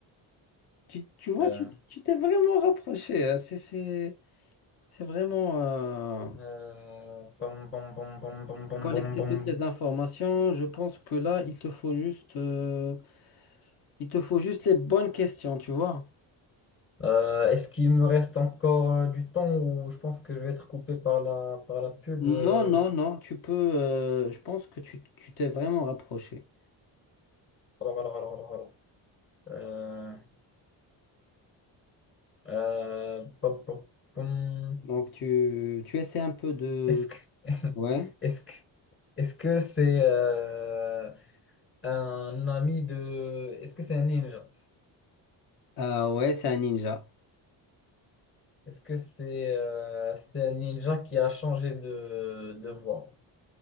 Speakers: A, on the left; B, on the left.
A: Tu, tu vois,
B: Euh,
A: tu, tu t'es vraiment rapproché. hein. C'est, c'est, c'est vraiment euh,
B: euh, bam, bam, bam, bam, bam, bam,
A: collecter
B: bam, bam.
A: toutes les informations. Je pense que là, il te faut juste... euh, Il te faut juste les bonnes questions, tu vois.
B: Euh, est-ce qu'il me reste encore euh, du temps ou je pense que je vais être coupé par la, par la pub?
A: Non,
B: euh,
A: non, non, tu peux. euh, je pense que tu tu t'es vraiment rapproché.
B: Alors, alors, alors, alors, alors. Euh, Euh, pop, pop, pom.
A: Donc, tu, tu essaies un peu de.
B: Est-ce que <laughs>
A: Ouais.
B: est-ce que est-ce que c'est euh, un ami de est-ce que c'est un ninja?
A: Ah, ouais, c'est un ninja.
B: Est-ce que c'est euh, c'est un ninja qui a changé de, de voix?